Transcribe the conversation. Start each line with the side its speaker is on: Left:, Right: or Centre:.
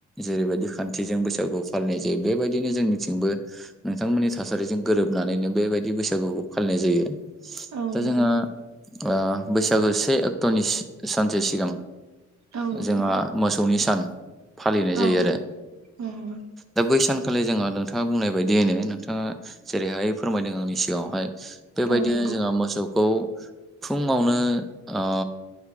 Centre: जेरैबायदि खान्थिजों बैसागु फालिनाय जायो बेबायदिनो जोंनिथिंबो नोंथांमोननि थासारिजों गोरोब नानैनो बेबायदि बैसागुखौ फालिनाय जायो।
Right: औ
Centre: दा
Right: नंगौ
Centre: जोंहा ओ बैसागो से अक्ट'नि सानसे सिगां
Right: औ नंगौ
Centre: जोंहा मोसौ नि सान फालिनाय जायो
Right: औ
Centre: आरो
Right: नंगौ
Centre: दा बै सान खालि जोंहा नोंथाङा बुंनाय बायदियैनो नोंथाङा जेरैहाय फोरमायदों आंनि सिगाङावहाय बेबायदिनो
Right: औ नंगौ
Centre: जोंहा मोसौखौ फुङावनो ओ